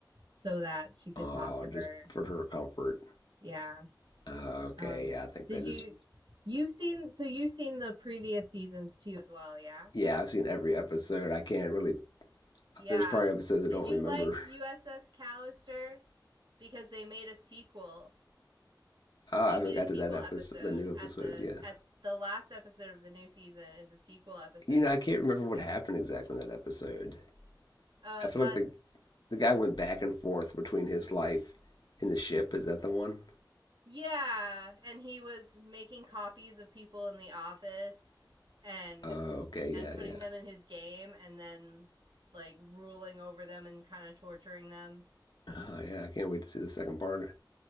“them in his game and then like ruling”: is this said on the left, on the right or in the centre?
Right